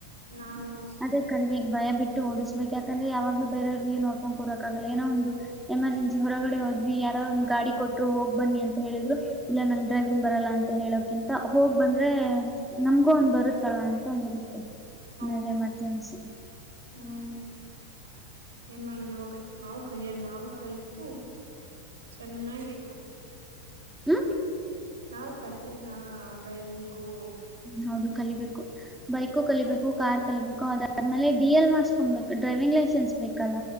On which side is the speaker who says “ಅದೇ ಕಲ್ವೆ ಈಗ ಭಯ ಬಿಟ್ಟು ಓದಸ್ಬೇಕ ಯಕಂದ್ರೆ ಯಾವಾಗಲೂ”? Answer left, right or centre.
Centre